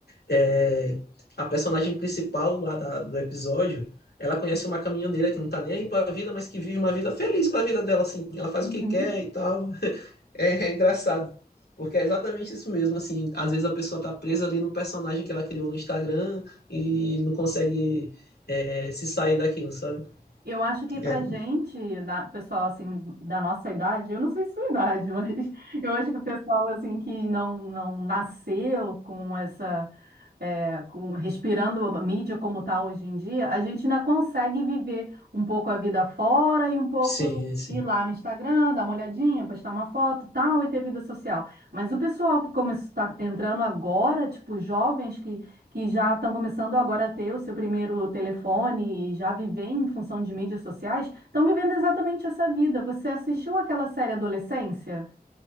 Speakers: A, on the left (about 85°); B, on the right (about 85°).
A: É, a personagem principal lá da- do episódio, ela conhece uma caminhoneira que não tá nem aí pra vida, mas que vive uma vida feliz pra vida dela, assim. Ela faz
B: Uhum.
A: o que quer e tal. É, é engraçado. Porque é exatamente isso mesmo, assim, às vezes a pessoa tá presa ali no personagem que ela criou no Instagram e não consegue é, se sair daquilo, sabe?
B: Eu acho que pra
A: É,
B: gente, na- pessoal assim da nossa idade, eu não sei sua idade, <laughs> mas eu acho que o pessoal assim que não não nasceu com essa é, com- respirando a mídia como está hoje em dia, a gente ainda consegue viver um pouco a vida fora e um pouco
A: sim, é, sim.
B: ir lá no Instagram, dar uma olhadinha, postar uma foto, tal, e ter vida social. Mas o pessoal que está entrando agora, tipo jovens que, que já estão começando agora a ter o seu primeiro telefone e já viver em função de mídias sociais, estão vivendo exatamente essa vida. Você assistiu aquela série Adolescência?